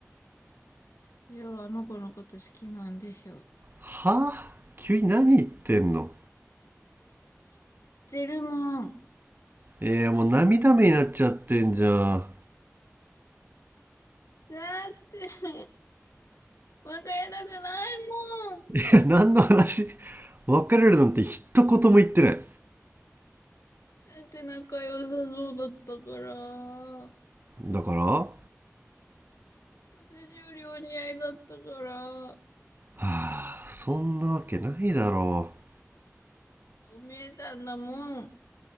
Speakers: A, on the left (about 85°); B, on the right (about 40°).
A: りょう、あの子のこと好きなんでしょ。
B: はぁ急に何言ってんの
A: 知ってるもん。
B: えー、もう涙目になっちゃってんじゃん。
A: だって、<laughs> 別れたくないもん。
B: いや、何の話別れるなんて一言も言ってない。
A: だって仲良さそうだったから。
B: だからは
A: 私よりお似合いだったから。
B: ぁ、そんなわけないだろう。
A: そう見えたんだもん。